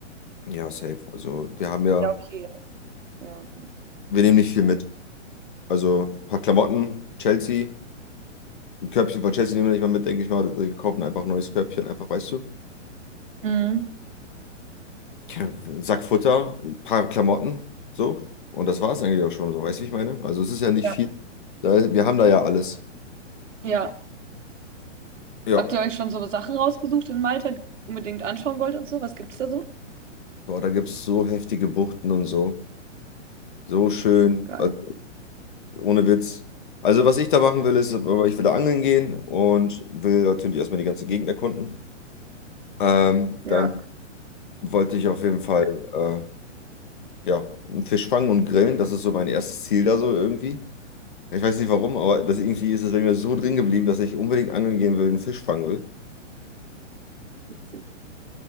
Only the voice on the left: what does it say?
ja, safe. Also wir haben ja,
wir nehmen nicht viel
mit. Also ein paar Klamotten, Chelsea, ein Körbchen von Chelsea nehmen wir nicht mal mit, denke ich mal. Wir kaufen einfach ein neues Körbchen, einfach, weißt du.
Ja, Ein Sack Futter, ein paar Klamotten, so. Und das war es eigentlich auch schon, so weißt du, wie ich meine? Also es ist ja nicht
viel. Da- Wir haben da ja alles.
Ja.
Boah, da gibt es so heftige Buchten und so. So schön.
Also Ohne Witz. Also, was ich da machen will, ist, aber ich will da angeln gehen und will natürlich erstmal die ganze Gegend erkunden. Ähm,
dann wollte ich auf jeden Fall äh, ja, einen Fisch fangen und grillen. Das ist so mein erstes Ziel da so irgendwie. Ich weiß nicht warum, aber das irgendwie ist es bei mir so drin geblieben, dass ich unbedingt angeln gehen will, einen Fisch fangen will.